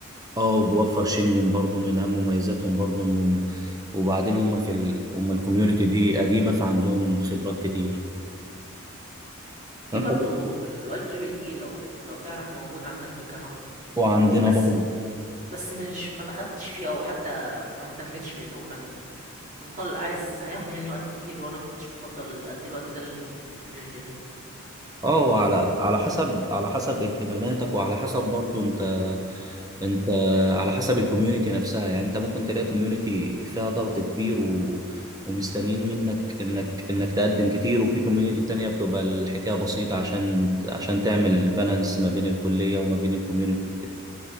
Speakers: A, on the right; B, on the right.
A: اه وبيوفر شنجن برضو من اهم مميزاتهم برضو انهم وبعدين هم في ال... هم الكوميونتي دي قديمة فعندهم خبرات كتير فانت
B: في برضو الاي تريبل اي لو لو تعرف موجود عندنا في الجامعة
A: وعندنا
B: بس
A: برضو
B: بس مش ما دخلتش فيه او حتى ما اهتمتش لانه كان متطلع عايز هياخد مني وقت كتير وانا ما كنتش بفضل ادي الوقت ده للكوميونتي ده
A: اه على على حسب على حسب اهتماماتك وعلى حسب برضو انت انت على حسب الكوميونتي نفسها يعني انت ممكن تلاقي كوميونتي فيها ضغط كبير و... ومستنيين منك انك انك تقدم كتير وفي كوميونتي تانية بتبقى الحكاية بسيطة عشان عشان تعمل بالانس ما بين الكلية وما بين الكوميونتي وكده